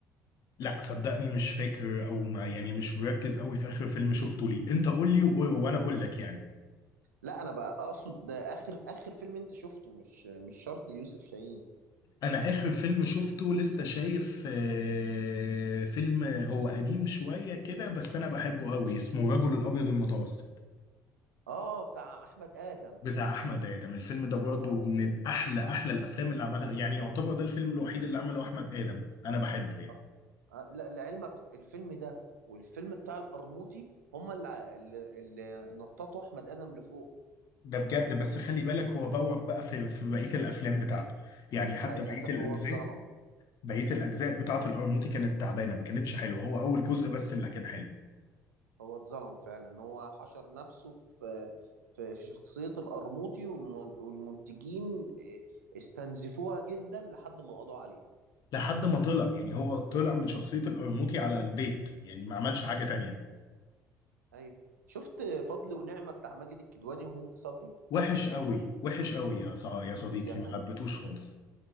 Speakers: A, on the left; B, on the right.
A: لا صدقني مش فاكر او ما يعني مش مركز قوي في اخر فيلم شفته ليه انت قول لي وقول- وانا اقول لك يعني
B: لا انا بقى اقصد ده اخر اخر فيلم انت شفته مش مش شرط ليوسف شاهين
A: انا اخر فيلم شفته لسه شايف آه، فيلم هو قديم شويه كده بس انا بحبه قوي اسمه الرجل الابيض المتوسط
B: اه بتاع احمد ادم
A: بتاع احمد ادم الفيلم ده برضه
B: اه
A: من احلى احلى الافلام اللي عملها يعني يعتبر ده الفيلم الوحيد اللي عمله احمد ادم انا بحبه يعني
B: اه, آه لا لعلمك الفيلم ده والفيلم بتاع القرموطي هما اللي اللي, اللي نططوا احمد ادم لفوق
A: ده بجد بس خلي بالك هو بوخ بقى في في بقيه الافلام بتاعته يعني
B: دي
A: حتى
B: حقيقة للاسف
A: بقيه الاجزاء
B: هو اتظلم
A: بقيه الاجزاء بتاعه القرموطي كانت تعبانه ما كانتش حلوه هو اول جزء بس اللي كان حلو
B: هو اتظلم فعلا هو حشر نفسه في في في شخصية القرموطي والمن- والمنتجين آه، استنزفوها جدا لحد ما قضوا عليه
A: لحد ما طلع يعني هو طلع من شخصيه القرموطي على البيت يعني ما عملش حاجه تانية
B: ايوه أيوه. شفت فضل ونعمة بتاع ماجد الكدواني وهند صبري
A: وحش قوي وحش قوي يا صح يا صديقي
B: دي حاجة
A: ما حبيتهوش خالص